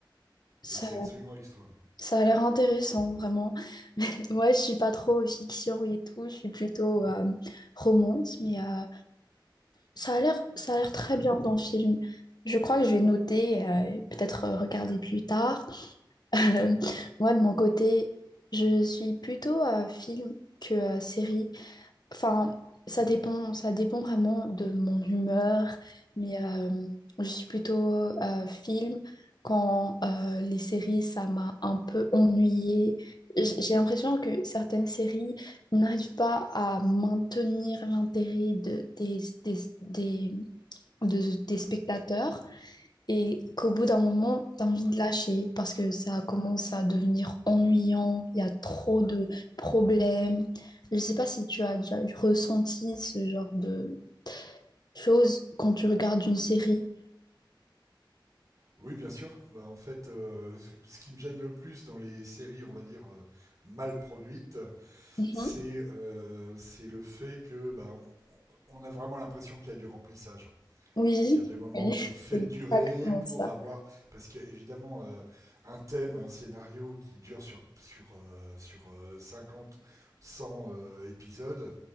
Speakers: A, on the left; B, on the right.
A: Ça,
B: Et c'est absolument extra.
A: ça a l'air intéressant, vraiment. Ouais, je suis pas trop fiction et tout, je suis plutôt euh, romance, mais euh, Ça a l'air, ça a l'air très bien dans le film. Je crois que je vais noter, euh, peut-être euh, regarder plus tard. <laughs> Euh, moi, de mon côté, je suis plutôt euh, film que euh, série. Enfin, ça dépend, ça dépend vraiment de mon humeur, mais euh, je suis plutôt euh, film quand euh, les séries, ça m'a un peu ennuyée. J- J'ai l'impression que certaines séries n'arrivent pas à maintenir l'intérêt de, des, des, des- de, des spectateurs et qu'au bout d'un moment, tu as envie de lâcher parce que ça commence à devenir ennuyant, il y a trop de problèmes. Je ne sais pas si tu as déjà ressenti ce genre de choses quand tu regardes une série.
B: Oui, bien sûr. Bah, en fait, euh, ce qui me gêne le plus dans les séries, on va dire, euh, mal produites,
A: Mhm.
B: c'est euh, c'est le fait que bah, on on a vraiment l'impression qu'il y a du remplissage.
A: Oui,
B: Il y a des moments
A: oui,
B: où on fait
A: <laughs> c'est
B: durer
A: exactement
B: pour
A: ça.
B: avoir parce que évidemment euh, un thème, un scénario qui dure sur sur euh, sur euh, 50 100 euh, épisodes,